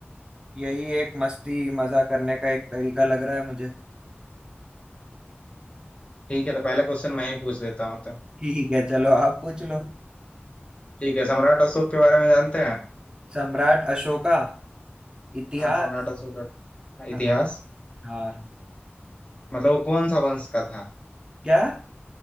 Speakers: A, on the right; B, on the left.
A: यही एक मस्ती मजा करने का एक तरीका लग रहा है मुझे
B: ठीक है तो पहला क्वेश्चन मैं ही पूछ देता हूँ तो
A: ठीक है चलो आप पूछ लो
B: ठीक है सम्राट अशोक के बारे में जानते हैं
A: सम्राट अशोका इतिहास
B: हाँ सम्राट अशोक का
A: हाँ
B: इतिहास
A: हाँ
B: मतलब वो कौन सा वंश का था
A: क्या